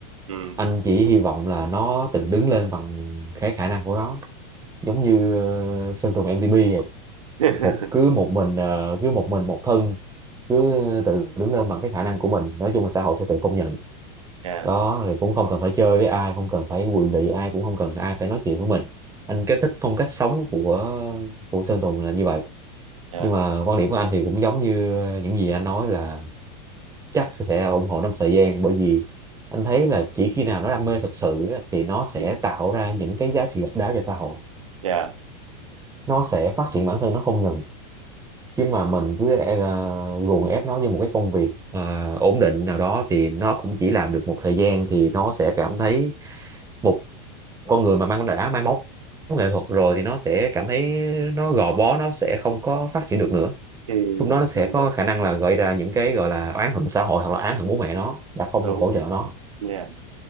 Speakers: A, on the right; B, on the right.
A: ừ
B: anh chỉ hy vọng là nó tự đứng lên bằng cái khả năng của nó giống như ờ, Sơn Tùng MTP vậy
A: <laughs>
B: một cứ một mình ờ, cứ một mình một thân cứ tự đứng lên bằng cái khả năng của mình nói chung là xã hội sẽ tự công nhận
A: yeah
B: đó thì cũng không cần phải chơi với ai không cần phải quỳ lị ai cũng không cần ai phải nói chuyện với mình anh cái thích phong cách sống của của Sơn Tùng là như vậy
A: yeah
B: nhưng mà quan điểm của anh thì cũng giống như những gì anh nói là chắc sẽ ủng hộ nó một thời gian bởi vì anh thấy là chỉ khi nào nó đam mê thật sự á, thì nó sẽ
A: ừ,
B: tạo ra những cái giá trị độc đáo cho xã hội
A: yeah
B: nó sẽ phát triển bản thân nó không ngừng chứ mà mình cứ e- à, ruồng ép nó như một cái công việc à, ổn định nào đó thì nó cũng chỉ làm được một thời gian thì nó sẽ cảm thấy một con người mà mang đã mang máu nghệ thuật rồi thì nó sẽ cảm thấy nó gò bó nó sẽ không có phát triển được nữa
A: ừ,
B: lúc đó nó sẽ
A: đúng
B: có
A: đúng
B: khả năng là gợi ra những cái gọi là oán hận xã hội hoặc là oán hận bố mẹ nó đã không
A: đúng
B: hỗ trợ nó
A: yeah